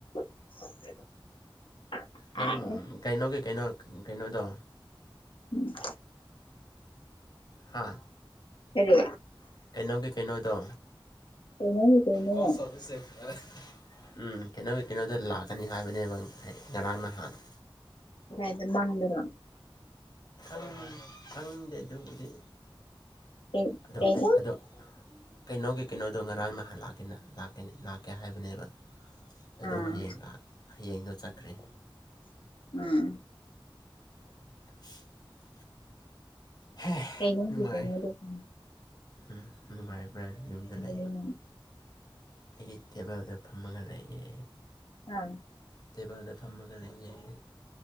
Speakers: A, on the left (about 70°); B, on the left (about 50°).
A: <inaudible> ꯀꯔꯤ
B: ꯅꯪ ꯀꯩꯅꯣꯒꯤ ꯀꯩꯅꯣ ꯀꯩꯅꯣꯗꯣ
A: ꯎꯝ
B: ꯍꯥꯥ
A: ꯀꯔꯤ
B: ꯀꯩꯅꯣꯒꯤ ꯀꯩꯅꯣꯗꯣ
A: ꯀꯩꯅꫭꯒꯤ ꯀꯩꯅꫭ
B: ꯀꯣꯜ ꯁꯥꯔꯚꯤꯁ ꯑꯦꯞ ꯎꯝ ꯀꯩꯅꯣꯒꯤ ꯀꯩꯅꯣꯗ ꯂꯥꯛꯀꯅꯤ ꯍꯥꯏꯕꯅꯦꯕ ꯉꯔꯥꯡ ꯅꯍꯥꯟꯅ
A: ꯀꯥꯏꯗ ꯃꯪꯗꯔꫭ
B: ꯈꯪ ꯈꯪꯗꯦ ꯑꯗꯨꯕꯨꯗꯤ
A: ꯀꯩ
B: ꯑꯗꯣ
A: ꯀꯩ
B: ꯑꯩ ꯑꯗꯣ ꯀꯩꯅꯣꯒꯤ ꯀꯩꯅꯣꯗꯣ ꯉꯔꯥꯡ ꯅꯍꯥꯟ ꯂꯥꯛꯀꯦꯅ ꯂꯥꯛꯀꯦꯅꯦ ꯂꯥꯛꯀꯦ ꯍꯥꯏꯕꯅꯦꯕ ꯑꯗꯣ
A: ꯑꯥ
B: ꯍꯌꯦꯡ ꯂꯥ ꯍꯌꯦꯡꯗꯣ ꯆꯠꯈ꯭ꯔꯦ
A: ꯎꯝ
B: <unintelligible> ꯍꯦ
A: ꯀꯩꯅꫭꯗꯤ
B: ꯅꯨꯡꯉꯥꯏ
A: ꯀꫭꯏꯅꯗꯕꯅꯤ
B: ꯎꯝ ꯅꯨꯡꯉꯥꯏ ꯕ꯭ꯔꯥ ꯌꯨꯝꯗ ꯂꯩꯕ
A: ꯍꯧꯖꯤꯛ
B: ꯑꯩꯒꯤ ꯇꯦꯕꯜꯗ ꯐꯝꯃꯒ ꯂꯩꯌꯦ
A: ꯑꯥ
B: ꯇ‌ꯦꯕꯜꯗ ꯐꯝꯃꯒ ꯂꯩꯌ‌ꯦ